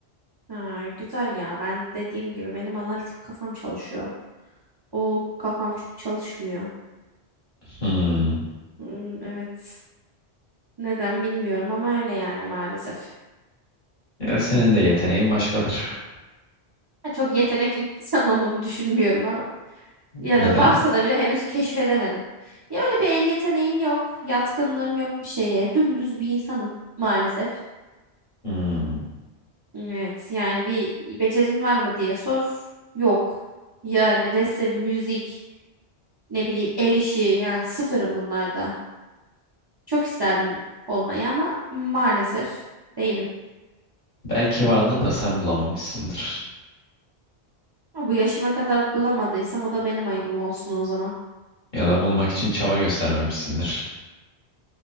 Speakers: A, on the right; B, on the left.
A: Ha, güzel ya. Ben dediğim gibi benim analitik kafam çalışıyor. O kafam çok çalışmıyor.
B: Hmm.
A: Hmm, evet. Neden bilmiyorum ama öyle yani maalesef.
B: Ya senin de yeteneğin başkadır.
A: Çok yetenekli bir insan olduğumu düşünmüyorum ama. Ya
B: Neden?
A: da varsa da bile henüz keşfedemedim. Ya öyle bir el yeteneğim yok, yatkınlığım yok bir şeye. Dümdüz bir insanım maalesef.
B: Hmm.
A: Evet, yani bir becerin var mı diye sor. Yok. Yani resim, müzik, ne bileyim el işi yani sıfırım bunlarda. Çok isterdim olmayı ama maalesef değilim.
B: Belki vardır da sen bulamamışsındır.
A: Ama Bu yaşıma kadar bulamadıysam o da benim ayıbım olsun o zaman.
B: Ya da bulmak için çaba göstermemişsindir.